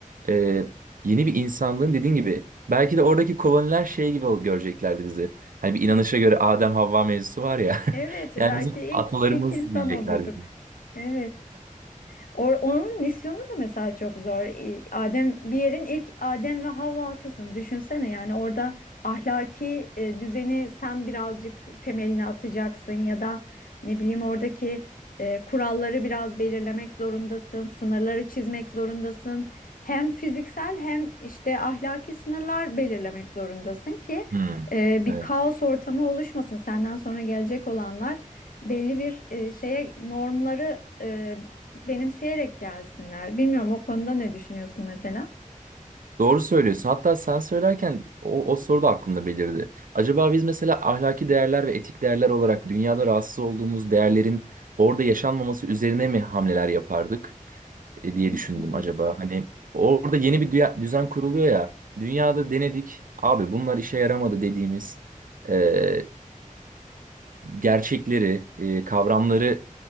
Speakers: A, on the right; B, on the left.
A: Ee, yeni bir insanlığın dediğin gibi belki de oradaki koloniler şey gibi ol- göreceklerdi bizi. Hani bir inanışa göre Adem Havva mevzusu var ya.
B: Evet,
A: <laughs> Yani
B: belki
A: bizim
B: ilk
A: atalarımız
B: ilk insan
A: diyecekler
B: olurduk.
A: bizim.
B: Evet. O- Onun misyonu da mesela çok zor. E, Adem bir yerin ilk Adem ve Havva'sısın. Düşünsene yani orada ahlaki e, düzeni sen birazcık temelini atacaksın ya da ne bileyim oradaki e, kuralları biraz belirlemek zorundasın, sınırları çizmek zorundasın. Hem fiziksel hem işte ahlaki sınırlar belirlemek zorundasın ki
A: Hmm.
B: e, bir
A: evet.
B: kaos ortamı oluşmasın. Senden sonra gelecek olanlar belli bir e, şeye normları e, benimseyerek gelsinler. Bilmiyorum o konuda ne düşünüyorsun mesela?
A: Doğru söylüyorsun. Hatta sen söylerken o, o soru da aklımda belirdi. Acaba biz mesela ahlaki değerler ve etik değerler olarak dünyada rahatsız olduğumuz değerlerin orada yaşanmaması üzerine mi hamleler yapardık e, diye düşündüm
B: Hmm.
A: acaba. Hani orada yeni bir düya- düzen kuruluyor ya. Dünyada denedik. Abi bunlar işe yaramadı dediğimiz e, gerçekleri, e, kavramları